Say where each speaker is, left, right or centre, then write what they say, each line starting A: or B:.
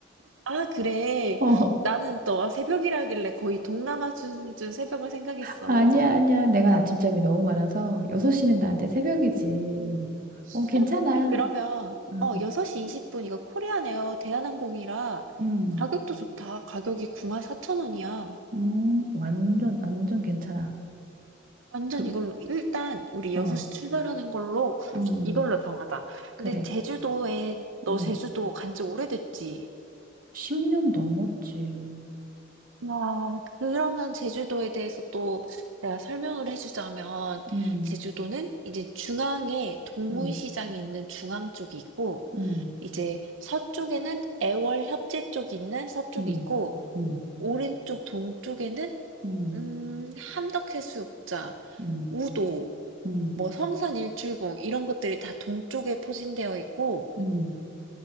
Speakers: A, on the right; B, on the right.
A: 아, 그래.
B: 어,
A: 나는
B: <laughs>
A: 또 아, 새벽이라길래 거의 동남아 수준 새벽을 생각했어.
B: 아니야, 아니야. 내가 아침잠이 너무 많아서 6시는 나한테 새벽이지.
A: <laughs>
B: 어, 괜찮아.
A: 그러면,
B: 응.
A: 어, 6시 20분 이거 코리안 에어 대한항공이라
B: 응,
A: 가격도 좋다. 가격이 94,000원이야.
B: 응, 완전, 완전 괜찮아.
A: 완전
B: 그,
A: 이걸로 일단 우리
B: 어,
A: 6시 출발하는 걸로
B: 응,
A: 이걸로 정하자.
B: 그래.
A: 근데 제주도에 너
B: 응.
A: 제주도 간지 오래됐지?
B: 10년 넘었지.
A: 와, 그러면 제주도에 대해서 또 내가 설명을 해주자면
B: 응.
A: 제주도는 이제 중앙에 동문시장이
B: 음,
A: 있는 중앙 쪽이 있고
B: 음,
A: 이제 서쪽에는 애월협재 쪽이 있는 서쪽이
B: 음,
A: 있고
B: 음,
A: 오른쪽 동쪽에는
B: 음,
A: 음, 함덕해수욕장,
B: 음,
A: 우도
B: 음,
A: 뭐 성산 일출봉 이런 것들이 다 동쪽에 포진되어 있고
B: 음,